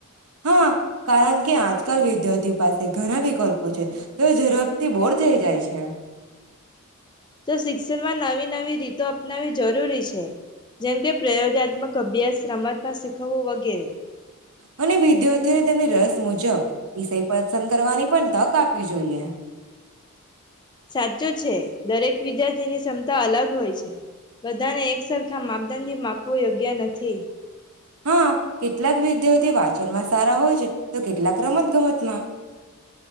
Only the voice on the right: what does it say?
હા કારણ કે આજકાલ વિદ્યાર્થીઓ પાસે ઘણા વિકલ્પો છે, તો એ ઝડપથી બોર થઈ જાય છે.
અને વિદ્યાર્થીઓએ તેમની રસ મુજબ વિષય પસંદ કરવાની પણ તક આપવી જોઈએ.
હા કેટલાક વિદ્યાર્થી વાંચનમાં સારા હોય છે, તો કેટલાક રમત ગમતમાં.